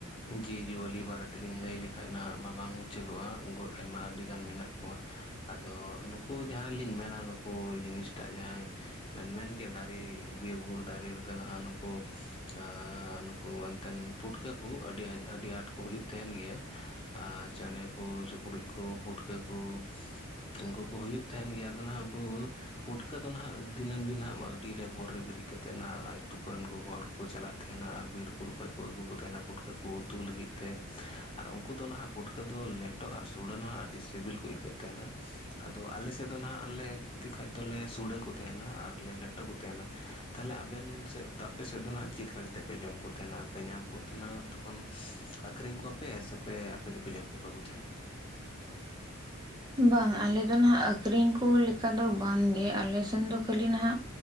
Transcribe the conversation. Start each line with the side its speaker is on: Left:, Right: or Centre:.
Left: ᱡᱤᱣᱤᱼᱡᱤᱭᱟᱹᱞᱤ ᱵᱟᱨᱮ ᱛᱮᱞᱤᱧ ᱞᱟᱹᱭ ᱞᱮᱠᱷᱟᱱᱡ ᱱᱟᱦᱟᱜ ᱢᱟ ᱵᱟᱝ ᱢᱩᱪᱟᱹᱫᱚᱜᱼᱟ ᱳᱜᱳᱰ ᱟᱭᱢᱟ ᱟᱹᱰᱤᱜᱟᱱ ᱢᱮᱱᱟᱜ ᱠᱚᱣᱟ ᱟᱫᱚ ᱱᱩᱠᱩ ᱡᱟᱦᱟᱸᱞᱤᱧ ᱢᱮᱱᱟ ᱱᱩᱠᱩ ᱡᱤᱱᱤᱥᱴᱟᱜ ᱡᱟᱦᱟᱸᱭ ᱵᱮᱱ ᱢᱮᱱ ᱠᱮᱫᱟ ᱫᱟᱨᱮ ᱵᱤᱨ-ᱵᱩᱨᱩ ᱫᱟᱨᱮ ᱨᱮᱫᱚ ᱱᱟᱦᱟᱸᱜ ᱱᱩᱠᱩ ᱟ ᱱᱩᱠᱩ ᱮᱱᱛᱮᱱ ᱯᱩᱴᱠᱟᱹ ᱠᱚ ᱟᱹᱰᱤ ᱟᱸᱴ ᱠᱚ ᱦᱩᱭᱩᱜ ᱛᱟᱦᱮᱱ ᱜᱮᱭᱟ᱾ ᱟ ᱪᱮᱬᱮ ᱠᱚ, ᱪᱩᱯᱨᱩᱡ ᱠᱚ, ᱯᱩᱴᱠᱟᱹ ᱠᱚ ᱩᱱᱠᱩ ᱠᱚ ᱦᱩᱭᱩᱜ ᱛᱟᱦᱮᱱ ᱜᱮᱭᱟ ᱟᱫᱚ ᱱᱟᱦᱟᱜ ᱩᱱᱠᱩ ᱯᱩᱴᱠᱟᱹ ᱫᱚ ᱱᱟᱦᱟᱜ ᱫᱤᱱᱟᱹᱢ ᱫᱤᱱ ᱦᱟᱸᱜ ᱟᱰᱤᱨᱮ ᱵᱷᱳᱨ ᱨᱮ ᱵᱮᱨᱮᱫ ᱠᱟᱛᱮᱫ ᱱᱟᱦᱟᱜ ᱟᱹᱛᱩ ᱠᱚᱨᱮᱱ ᱜᱚᱜᱚ ᱦᱚᱲ ᱠᱚᱠᱚ ᱪᱟᱞᱟᱜ ᱛᱟᱦᱮᱱᱟ ᱟᱨ ᱵᱤᱨᱵᱩᱨᱩ ᱠᱷᱚᱡ ᱠᱚ ᱟᱹᱜᱩ ᱛᱟᱦᱮᱱᱟ ᱯᱩᱴᱠᱟᱹ ᱠᱚ ᱩᱛᱩ ᱞᱟᱹᱜᱤᱫ ᱛᱮ ᱟᱨ ᱩᱱᱠᱩ ᱫᱚ ᱱᱟᱦᱟᱜ ᱯᱩᱴᱠᱟᱹ ᱫᱚ ᱞᱮᱴ ᱴᱚ ᱟᱨ ᱥᱳᱲᱟᱹ ᱱᱟᱦᱟᱜ ᱟᱹᱰᱤ ᱥᱤᱵᱤᱞ ᱠᱚ ᱟᱹᱭᱠᱟᱹᱜ ᱛᱟᱦᱮᱱᱟ᱾ ᱟᱫᱚ ᱟᱞᱮᱥᱮᱫ ᱫᱚ ᱱᱟᱦᱟᱜ ᱟᱞᱮ ᱛᱤ ᱠᱷᱟᱡ ᱫᱚᱞᱮ ᱥᱩᱲᱟᱹ ᱠᱚ ᱛᱟᱦᱮᱱᱟ ᱟᱨ ᱞᱮ ᱞᱮᱴᱚ ᱠᱚ ᱛᱟᱦᱮᱱᱟ᱾ ᱛᱟᱦᱚᱞᱮ ᱟᱵᱮᱱ ᱥᱮᱫ ᱟᱯᱮ ᱥᱮᱫ ᱫᱚ ᱱᱟᱦᱟᱜ ᱪᱮᱫ ᱞᱮᱠᱟ ᱠᱟᱛᱮ ᱛᱮᱯᱮ ᱡᱚᱢ ᱠᱚ ᱛᱟᱦᱮᱱᱟ ᱟᱨᱯᱮ ᱧᱟᱢ ᱠᱚ ᱛᱟᱦᱮᱱᱟ ᱛᱚᱠᱷᱚᱱ ᱟᱠᱷᱨᱤᱧ ᱠᱚᱣᱟᱯᱮ ᱥᱮ ᱯᱮ ᱚᱯᱮ ᱜᱮᱯᱮ ᱡᱟᱢ ᱪᱟᱵᱟᱠᱚ ᱛᱟᱦᱮᱱᱟ?
Right: ᱵᱟᱝ ᱟᱞᱮ ᱫᱚ ᱱᱟᱦᱟᱜ ᱟᱹᱠᱷᱨᱤᱧ ᱠᱚ ᱞᱮᱠᱟ ᱫᱚ ᱵᱟᱝᱜᱮ ᱟᱞᱮ ᱥᱮᱱ ᱫᱚ ᱠᱷᱟᱹᱞᱤ ᱱᱟᱦᱟᱜ